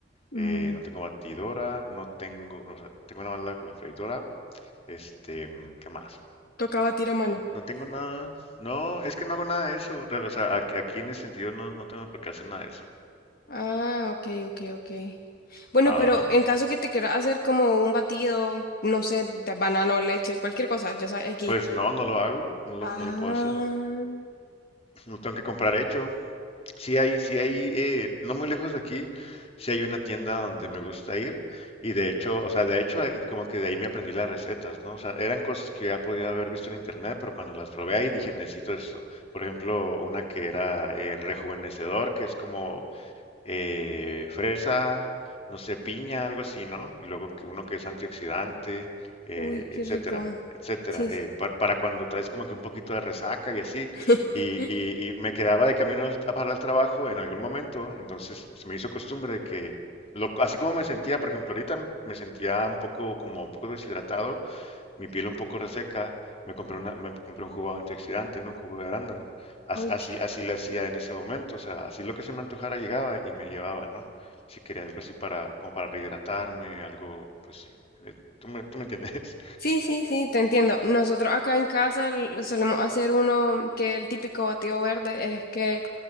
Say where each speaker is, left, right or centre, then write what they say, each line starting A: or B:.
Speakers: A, on the left; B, on the left.
A: Mm,
B: eh, no tengo batidora, no tengo, o sea, tengo nada más la, la freidora, este, mm, ¿qué más?
A: toca batir a mano.
B: No tengo nada, no, es que no hago nada de eso, real, o sea, aquí aquí en ese sentido no, no tengo por qué hacer nada de eso.
A: Ah, ok, ok, ok. Bueno,
B: Ajá.
A: pero en caso que te quieras hacer como un batido, no sé, de banano, leche, cualquier cosa, ya sabes, aquí.
B: Pues no, no lo hago, no lo,
A: Ah,
B: no lo puedo hacer. No tengo que comprar hecho. Sí hay, sí hay, eh, no muy lejos de aquí, sí hay una tienda donde me gusta ir. Y de hecho, o sea, de hecho, ahí- como que de ahí me aprendí las recetas, ¿no? O sea, eran cosas que ya podía haber visto en internet, pero cuando las probé ahí dije, necesito esto. Por ejemplo, una que era eh, rejuvenecedor, que es como eh, fresa, no sé, piña, algo así, ¿no? Y luego que uno que es antioxidante, eh,
A: uy, qué
B: etcétera,
A: rico.
B: etcétera,
A: Sí,
B: eh,
A: sí.
B: pa- para cuando traes como que un poquito de resaca y así.
A: <laughs>
B: Y, y- y me quedaba de camino al- para el trabajo en algún momento, entonces se me hizo costumbre de que, lo- así como me sentía, por ejemplo, ahorita me sentía un poco como un poco deshidratado, mi piel un poco reseca, me compré, una, me compré un jugo antioxidante, ¿no? Un jugo de arándano. Así,
A: Uy, qué-
B: así le hacía en ese momento, o sea, así lo que se me antojara llegaba y me llevaba, ¿no? Si quería algo así para, como para rehidratarme, algo, pues sí. Eh, Tú me, tú me entiendes.
A: Sí, sí, sí, te entiendo. Nosotros acá en casa l- solemos hacer uno que el típico batido verde es que